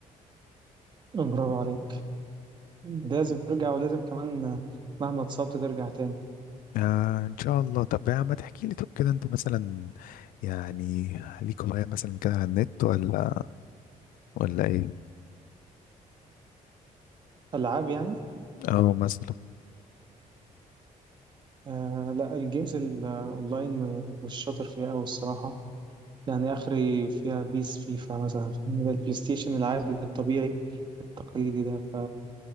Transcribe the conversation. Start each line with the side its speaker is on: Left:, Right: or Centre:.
Right: برافو عليك لازم ترجع ولازم كمان مهما اتصبت ترجع تاني
Left: آه ان شاء الله طب يا عم تحكي لي طب كده انت مثلا يعني ليك هواية مثلا كده على النت ولا ولا ايه
Right: العاب يعني
Left: اه مثلا
Right: آه لا الجيمز الاونلاين م- مش شاطر فيها قوي الصراحه يعني اخري فيها بيس فيفا مثلا فاهم ده البلاي ستيشن العادي الطبيعي التقليدي ده ف